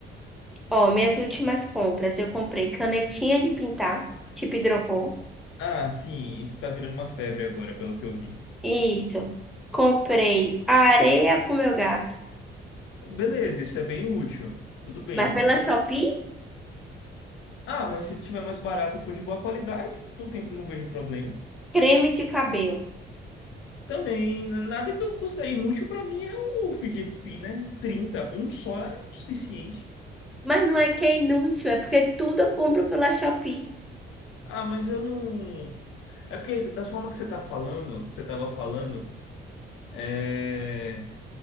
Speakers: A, in the centre; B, on the left (about 80°).
A: Ó, minhas últimas compras, eu comprei canetinha de pintar, tipo hidrocor.
B: Ah, sim, isso tá virando uma febre agora, pelo que eu vi.
A: Isso. Comprei areia pro meu gato,
B: Beleza, isso é bem útil. Tudo bem.
A: mas pela
B: N- e-
A: Shopee,
B: Ah, mas se tiver mais barato e for de boa qualidade, não tem, não vejo problema.
A: creme de cabelo.
B: Também, n- nada que eu considere inútil pra mim é o fidget spinner. trinta um só é o suficiente.
A: Mas não é que é inútil, é porque tudo eu compro pela Shopee.
B: Ah, mas eu não. É porque, da forma que você tá falando, que você tava falando, é...